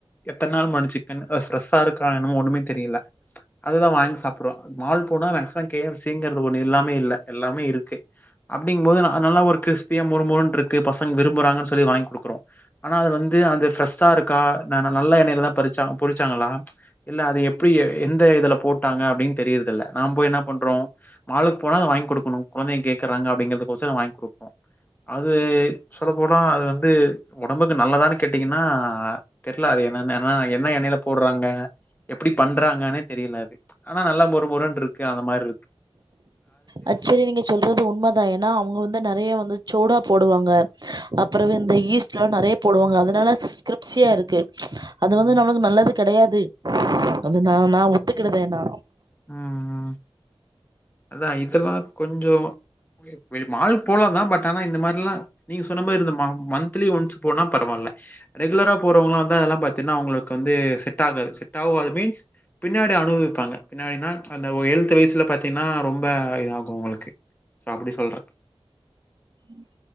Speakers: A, on the left; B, on the right.
A: எத்தன் நாள் முன்னாடி சிக்கன் அது ஃப்ரெஷ்ஷா இருக்கா என்னமோ ஒண்ணுமே தெரியல அததா வாங்கி சாப்டுறோ மால் போனா மேக்சிமம் கே எஃப் சிங்கிறது ஒண்ணு இல்லாம இல்ல எல்லாமே இருக்கு அப்டிங்கும்போது ஆ நல்லா ஒரு கிறிஸ்பியா மொறுமொறுன்றுக்கு பசங்க விரும்புறாங்கன்னு சொல்லி வாங்கி குடுக்குறோ ஆனா அது வந் து அது ஃப்ரெஷ்ஷா இருக்கா நந நல்ல எண்ணைல தா பறிச்சாங்க பொறிச்சாங்களா இல்ல அது எப்டி எந்த இதுல போட்டாங்க அப்டின்னு தெரியிறதில்ல நாம் போய் என்ன பண்றோ மாலுக்கு போனா அத வாங்கி குடுக்கணு கொழந்தைங்க கேக்கறாங்க அப்டிங்கிறதுக்கோசரோ வாங்கி குடுப்போ அது சொல்ல போனா அது வந்து ஒடம்புக்கு நல்லதான்னு கேட்டீங்கன்னா தெரில அது என்னன ஆனா என்ன எண்ணெயில போடுறாங்க எப்டி பண்றாங்கன்னே தெரியலது ஆனா நல்லா மொருமொருன் இருக்கு அந்த மாரி இரு
B: அ செரி நீங்க சொல்றது உண்மதா ஏன்னா அவங்க வந்து நறைய வந்து சோடா போடுவாங்க அப்புறவு இந்த ஈஸ்ட்லா நறைய போடுவாங்க அதனால ஸ்கிரிப்ஸியா இருக்கு அது
A: ம்,
B: வந்து நம்மளுக்கு நல்லது கெடையாது வந்து நா நா ஒத்துக்கிடுதேன் நா
A: ம் ம் அதா இதெல்லா‌ கொஞ்சோ வில் மால் போலா தா பட் ஆனா இந்த மா ல்லா நீங்க சொன்ன மாரி இருந்த ம மந்த்லி ஒன்ஸ் போனா பரவால்ல ரெகுலரா போறவங்களா அதெல்லா பாத்தீங்ன்னா அவங்களுக்கு வந்து செட் ஆகுது செட் ஆவாது மீன்ஸ் பின்னாடி அனுவவிப்பாங்க பின்னாடினா சோ அந்த ஒ எல்த் வயசுல பாத்தீன்னா ரொம்ப இதாகும் உங்களுக்கு சோ அப்டி சொல்றேன்
B: ம்